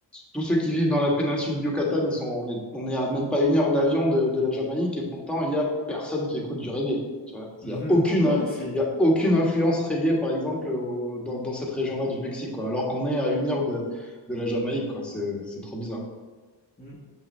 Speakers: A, in the centre; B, on the left.
A: tous ceux qui vivent dans la péninsule du Yucatan, ils sont, on est, on est à même pas une heure d'avion de, de la Jamaïque et pourtant, il y a personne qui écoute du reggae. Tu vois,
B: Mhm.
A: il y a aucune,
B: Ouais, c'est.
A: il y a aucune
B: Ouais.
A: influence reggae, par exemple, au- dans, dans cette région-là du Mexique, quoi. Alors qu'on est à une heure de, de la Jamaïque, quoi. C'est, c'est trop bizarre.
B: Hmm.